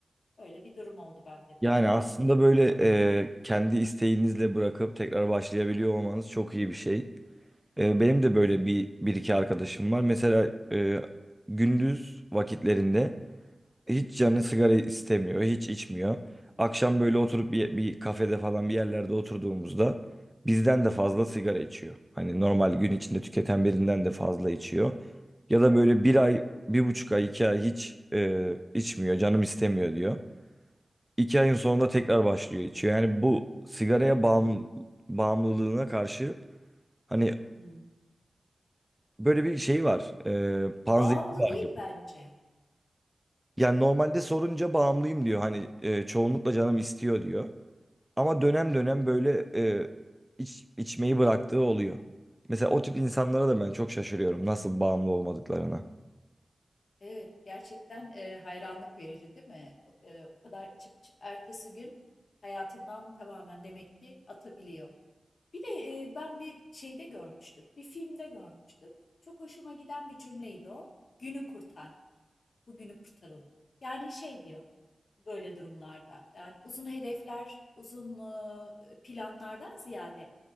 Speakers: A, on the left; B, in the centre.
A: öyle bir durum oldu bende de
B: Yani
A: valla.
B: aslında böyle e, kendi isteğinizle bırakıp tekrar başlayabiliyor olmanız çok iyi bir şey. E, benim de böyle bir, bir iki arkadaşım var. Mesela e, gündüz vakitlerinde Hiç canı sigara istemiyor, hiç içmiyor. Akşam böyle oturup bir, bir kafede falan bir yerlerde oturduğumuzda bizden de fazla sigara içiyor. Hani normal gün içinde tüketen birinden de fazla içiyor. Ya da böyle bir ay, bir buçuk ay, iki ay hiç e, içmiyor, canım istemiyor diyor. İki ayın sonunda tekrar başlıyor içiyor. Yani bu sigaraya bağım, bağımlılığına karşı hani
A: Hmm.
B: böyle bir şey var, e, panzehir
A: Bağımlı
B: var
A: değil
B: gibi.
A: bence.
B: Yani normalde sorunca bağımlıyım diyor. Hani e, çoğunlukla canım istiyor diyor. Ama dönem dönem böyle e, iç, içmeyi bıraktığı oluyor. Mesela o tip insanlara da ben çok şaşırıyorum nasıl bağımlı olmadıklarına.
A: Evet, gerçekten e, hayranlık verici değil mi? O- e, o kadar içip içip ertesi gün hayatından tamamen demek ki atabiliyor. Bir de e, ben bir şeyde görmüştüm, bir filmde görmüştüm. Çok hoşuma giden bir cümleydi o. Günü kurtarmak, bugünü kurtarın. Yani şey diyor, böyle durumlarda. Yani uzun hedefler, uzun e, planlardan ziyade